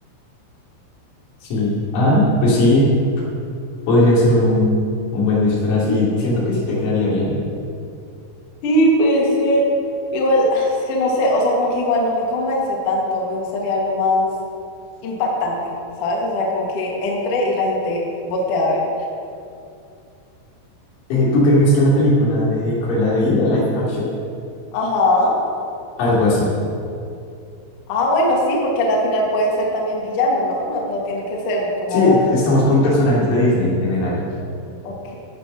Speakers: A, on the left; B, on the left.
A: sí. Ah, pues sí, podría ser un, un buen disfraz y siento que sí te quedaría bien.
B: Sí, puede ser. Igual, <sighs> es que no sé, o sea, como que igual no me convence tanto, me gustaría algo más impactante, ¿sabes? O sea, como que entre y la gente voltea a ver.
A: Eh, ¿tú te viste la película de Cruella de Vil, la live action?
B: Ajá.
A: Algo así.
B: Ah, bueno, sí, porque a la final puede ser también villano, ¿no? No, no tiene que ser como...
A: Sí, est- estamos con personajes de Disney en general.
B: Ok.